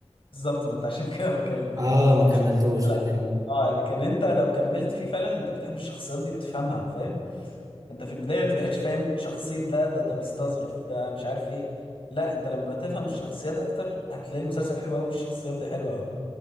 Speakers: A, on the left; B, on the right.
A: بالظبط ما أنت عشان <laughs> كده ما كل... ما
B: اه
A: كملتوش
B: ما كملتوش
A: لا
B: لكن
A: اه لكن أنت لو كملت فيه فعلا أنت بتحب الشخصيات دي بتفهمها فاهم أنت في البداية ما بتبقاش فاهم شخصية ده ده ده بيستظرف ده مش عارف إيه لا أنت لما تفهم الشخصيات أكتر هتلاقي المسلسل حلو أوي والشخصيات دي حلوة أوي